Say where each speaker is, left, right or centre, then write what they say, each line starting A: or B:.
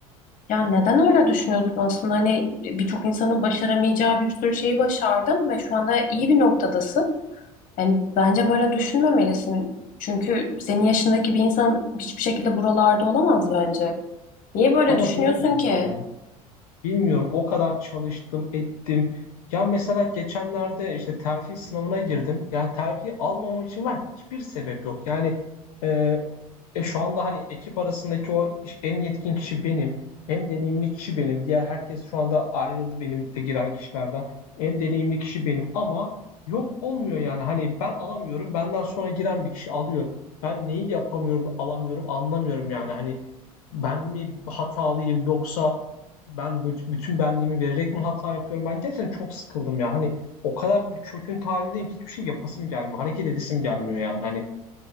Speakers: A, on the left; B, on the left.
A: Ya neden öyle düşünüyorsun aslında? Hani birçok insanın başaramayacağı bir sürü şeyi başardın ve şu anda iyi bir noktadasın. Yani bence böyle düşünmemelisin. Çünkü senin yaşındaki bir insan hiçbir şekilde buralarda olamaz bence. Niye böyle
B: Ama
A: düşünüyorsun
B: bilmiyorum
A: ki?
B: ya. Bilmiyorum o kadar çalıştım ettim. Ya mesela geçenlerde işte terfi sınavına girdim. Ya terfi almamam için var hiçbir sebep yok. Yani e, e, şu anda hani ekip arasındaki o iş- en yetkin kişi benim. En deneyimli kişi benim. Diğer herkes şu anda ayrıldı benim de giren kişilerden. En deneyimli kişi benim ama yok olmuyor yani. Hani ben alamıyorum. Benden sonra giren bir kişi alıyor. Ben neyi yapamıyorum, alamıyorum, anlamıyorum yani. Hani ben mi hatalıyım yoksa ben büt- bütün benliğimi vererek mi hata yapıyorum? Ben gerçekten çok sıkıldım ya. Hani o kadar bir çöküntü halindeyim ki hiçbir şey yapasım gelmiyor. Hareket edesim gelmiyor yani. Hani